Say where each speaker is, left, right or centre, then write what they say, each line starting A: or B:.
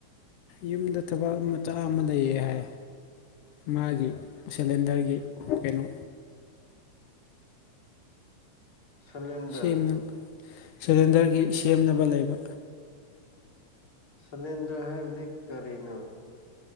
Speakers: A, on the left; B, on the left.
A: ꯌꯨꯝꯗ ꯊꯕꯛ ꯃꯆꯥ ꯑꯃ ꯂꯩꯌꯦ ꯍꯥꯏ ꯃꯥꯒꯤ ꯁꯤꯂꯦꯟꯗꯔꯒꯤ ꯀꯩꯅꯣ
B: ꯁꯂꯦꯟꯗꯔ
A: ꯁꯦꯝꯅ ꯁꯦꯂꯦꯟꯗꯔꯒꯤ ꯁꯦꯝꯅꯕ ꯂꯩꯕ
B: ꯁꯂꯤꯟꯗꯔ ꯍꯥꯏꯕꯗꯤ ꯀꯔꯤꯅꯣ